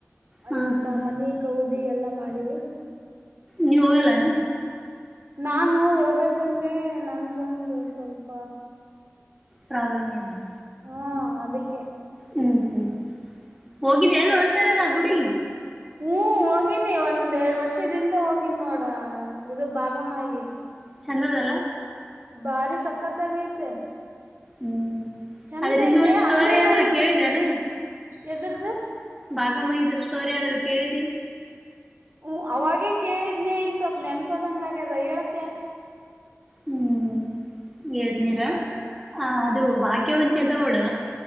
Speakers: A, in the centre; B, on the right.
A: ಹಾ
B: ಇವತ್ತ
A: ಹಾ
B: ಮನಿ ಕೌದಿ ಎಲ್ಲಾ ಮಾಡಿವಿ
A: ನೀ ಹೋಗಲ್ಲಾನ
B: ನಾನು ಹೋಗ್ಬೇಕಂದೆ ನನ್ಗೊಂದು ಸ್ವಲ್ಪ
A: ಪ್ರಾಬ್ಲಮ ಏ ನ
B: ಹಾ ಅದಕ್ಕೆ
A: ಹ್ಮ್ ಹ್ಮ್ ಹೋಗಿದ ಎಲ್ಲ ಒಂದ್ಸರ ನಾ ಹುಡುಗಿದ
B: ಹೂಞ ಹೋಗಿನಿ ಒಂದ್ೆರಡ್ ವರ್ಷದಿಂದ ಹೋಗಿನಿ ನೋಡ ಇದು ಭಾಗಮಗಿ
A: ಚಂದದಲ್ಲ
B: ಭಾರಿ ಸಕ್ಕತ ಆ ಗೈತೆ
A: ಹ್ಮ್
B: ಚಂದ
A: ಅದ್ರಿಂದ
B: ಐತೆ
A: ಒಂದ್ ಸ್ಟೋರಿ
B: ಅಂದ್ರೆ
A: ಅದ್ರಲ್ಲಿ
B: ನಾನು
A: ಕೇಳಿದೇನ
B: ಎದ್ರ್ದ
A: ಭಾಗಮಹಿದ ಸ್ಟೋರಿ ಅದರಲ್ಲಿ ಕೇಳೀರಿ
B: ಹ್ಮ ಅವಾಗೇ ಕೇಳಿದ್ನನೆ ಈ ಸ್ವಪ್ ನೆನ್ಪದಂಗಗ್ಯದ ಹೇಳ್ತೆ
A: ಹ್ಮ್ ಹೇಳ್ತನಿರ ಆ
B: ಹ
A: ಅದು ಭಾಗ್ಯವಂತ ಕೆದಡ